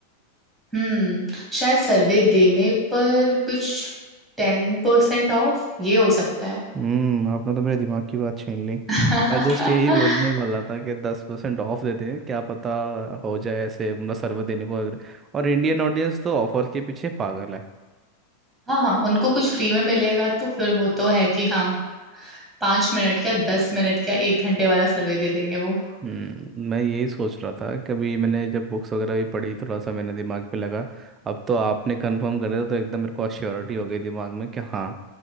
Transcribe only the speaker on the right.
हम्म आपने तो मेरे दिमाग की बात छीन ली
मैं जस्ट यही बोलने वाला था कि दस परसेंट ऑफ देते हैं क्या पता हो जाए ऐसे मतलब सर्वे देने को अगर और इंडियन ऑडियंस तो ऑफर के पीछे पागल है
हम्म मैं यही सोच रहा था कभी मैंने जब बुक्स वगैरह भी पढ़ी थोड़ा सा मैंने दिमाग पे लगा अब तो आपने कंफर्म कर दिया तो एकदम मेरे को श्योरिटी हो गई दिमाग में कि हाँ